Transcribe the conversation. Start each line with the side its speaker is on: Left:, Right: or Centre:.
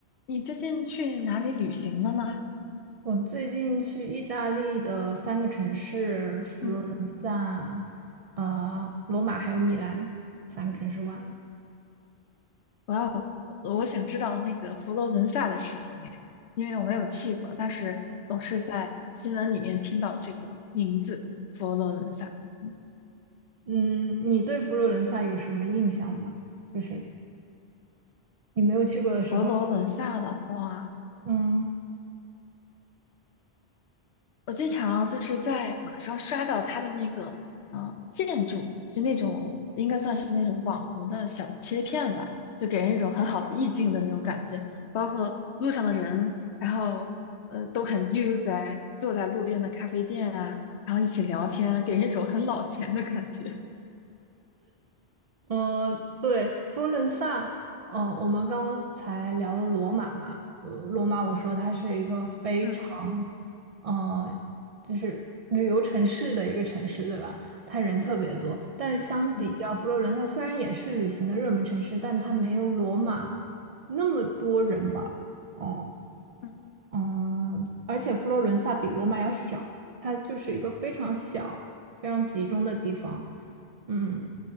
Left: 你最近去哪里旅行了吗？
Right: 我最近去意大利的三个城市，佛罗伦萨、
Left: 嗯，
Right: 呃，罗马还有米兰三个城市玩了。
Left: 哇哦我要，我想知道那个佛罗伦萨的事情哎，因为我没有去过，但是总是在新闻里面听到这个名字，佛罗伦萨。嗯
Right: 嗯，你对佛罗伦萨有什么印象吗？就是你没有去过的时候，
Left: 佛罗伦萨的话，
Right: 嗯。
Left: 我经常就是在网上刷到他的那个呃建筑，就那种应该算是那种网红的小切片吧，就给人一种很好的意境的那种感觉。包括路上的人，然后呃都很悠哉，坐在路边的咖啡店啊，然后一起聊天啊给人一种很老钱的感觉。
Right: 嗯，呃对，佛罗伦萨，嗯，我们刚才聊了罗马嘛，罗罗马，我说它是一个非常，
Left: 嗯
Right: 嗯，就是旅游城市的一个城市，对吧？它人特别多，但相比较佛罗伦萨，
Left: 嗯
Right: 虽然也是旅行的热门城市，但它没有罗马那么多人吧，哦。
Left: 嗯
Right: 嗯，而且佛罗伦萨比罗马要小，它就是一个非常小、非常集中的地方。嗯，